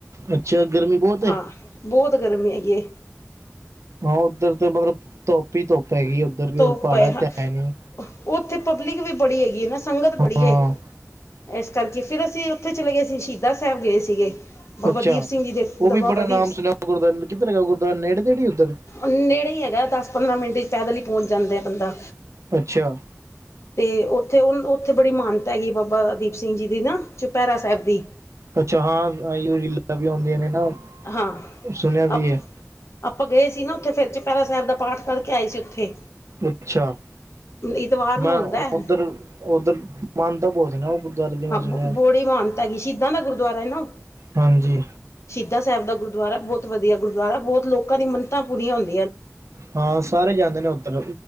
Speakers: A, on the right; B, on the left.
A: ਅੱਛਾ ਗਰਮੀ ਬਹੁਤ ਹੈ
B: ਹਾਂ ਬਹੁਤ ਗਰਮੀ ਹੈਗੀ ਏ।
A: ਹਾਂ ਉੱਧਰ ਤੇ ਮਤਲਬ ਧੁੱਪ ਹੀ ਧੁੱਪ ਹੈਗੀ, ਉੱਧਰ ਵੀ
B: ਧੁੱਪ
A: ਪਹਾੜਾਂ
B: ਹਾਂ
A: ਤੇ ਹੈ ਨੀ।
B: ਉੱਥੇ ਪਬਲਿਕ ਵੀ ਬੜੀ ਹੈਗੀ ਏ ਨਾ, ਸੰਗਤ ਬੜੀ
A: ਹਾਂ
B: ਏ ਇਸ ਕਰਕੇ ਫਿਰ ਅਸੀਂ ਉੱਥੇ ਚਲੇ ਗਏ ਸੀ, ਸ਼ਹੀਦ ਸਾਹਿਬ ਗਏ ਸੀਗੇ। ਬਾਬਾ
A: ਅੱਛਾ,
B: ਦੀਪ ਸਿੰਘ ਜੀ ਦੇ
A: ਉਹ ਵੀ
B: ਬਾਬਾ
A: ਬੜਾ
B: ਦੀਪ
A: ਨਾਮ ਸੁਣਿਆ, ਗੁਰਦਆਰੇ ਦਾ ਕਿੱਧਰ ਹੈਗਾ ਗੁਰਦੁਆਰਾ, ਨੇੜੇ ਤੇੜੀ ਉੱਧਰ
B: ਨੇੜੇ ਹੀ ਹੈਗਾ ਦਸ ਪੰਦਰਾਂ ਮਿੰਟ 'ਚ ਪੈਦਲ ਹੀ ਪਹੁੰਚ ਜਾਂਦਾ ਬੰਦਾ।
A: ਅੱਛਾ
B: ਤੇ ਉੱਥੇ ਉੱਥੇ ਬੜੀ ਮਾਨਤਾ ਹੈਗੀ, ਬਾਬਾ ਦੀਪ ਸਿੰਘ ਜੀ ਦੀ ਨਾ ਚੁਪਹਿਰਾ ਸਾਹਿਬ ਦੀ।
A: ਅੱਛਾ, ਹਾਂ ਆਈ ਰੀਲਾ ਵੀ ਆਦੀਆਂ ਨੇ ਨਾ
B: ਹਾਂ
A: ਸੁਣਿਆ ਵੀ
B: ਆਪ
A: ਹੈ
B: ਆਪਾਂ ਗਏ ਸੀ ਨਾ ਉਥੇ ਫਿਰ ਚੁਪੈਰਾ ਸਾਹਿਬ ਦਾ ਪਾਠ ਕਰਕੇ ਆਏ ਸੀ ਉੱਥੇ।
A: ਅੱਛਾ,
B: ਇਤਵਾਰ ਨੂੰ
A: ਮੈਂ
B: ਹੁੰਦਾ ਹੈ।
A: ਉਧਰ ਉਧਰ ਮਹਾਨਤਾਂ ਬਹੁਤ ਨਾ ਉਹ ਗੁਰਦੁਆਰੇ ਦੀ ਮੈਂ
B: ਹਾਂ
A: ਸੁਣਿਆ
B: ਬੜੀ ਮਾਨਤਾ ਹੈਗੀ ਸ਼ਹੀਦਾਂ ਦਾ ਗੁਰਦੁਆਰਾ ਹੈ ਨਾ,
A: ਹਾਂਜੀ
B: ਸ਼ਹੀਦਾਂ ਸਾਹਿਬ ਦਾ ਗੁਰ ਗੁਰਦੁਆਰਾ ਬਹੁਤ ਵਧੀਆ ਗੁਰਦੁਆਰਾ ਬਹੁਤ ਲੋਕਾ ਦੀ ਮੰਨਤਾ ਪੂਰੀਆਂ ਹੋਈ
A: ਹਾਂ ਸਾਰੇ ਜਾਂਦੇ ਨੇ ਉੱਧਰ